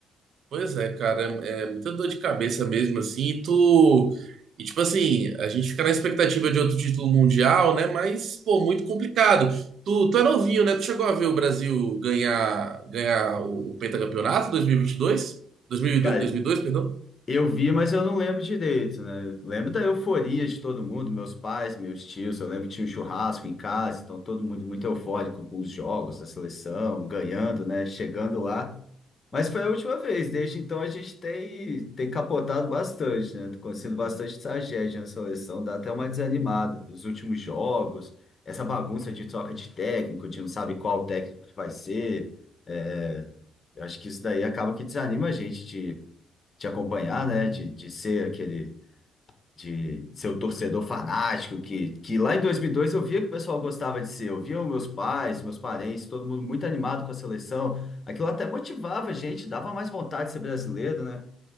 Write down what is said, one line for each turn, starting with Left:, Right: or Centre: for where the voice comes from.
Right: Pois é, cara, é, é muita dor de cabeça mesmo, assim, e tu. E tipo assim, a gente fica na expectativa de outro título mundial, né? Mas, pô, muito complicado. Tu, tu é novinho, né? Tu chegou a ver o Brasil ganhar, ganhar o, o pentacampeonato 2022? 2002,
Left: Cara,
Right: dois dois mil e dois, dois mil e dois, perdão?
Left: Eu vi, mas eu não lembro direito, né? Eu Lembro da euforia de todo mundo, meus pais, meus tios. Eu lembro que tinha um churrasco em casa, então todo mundo muito eufórico com os jogos, a seleção, ganhando, né? Chegando lá. Mas foi a última vez, desde então a gente tem, tem capotado bastante, né? Tá Acontecendo bastante tragédia na seleção, dá até uma desanimada. Os últimos jogos, essa bagunça de troca de técnico, de não sabe qual técnico que vai ser. é, eu acho que isso daí acaba que desanima a gente te acompanhar, né? De, de ser aquele, de ser o torcedor fanático que, que lá em 2002 eu via que o pessoal gostava de ser. Eu via os meus pais, meus parentes, todo mundo muito animado com a seleção. Aquilo até motivava a gente, dava mais vontade de ser brasileiro, né?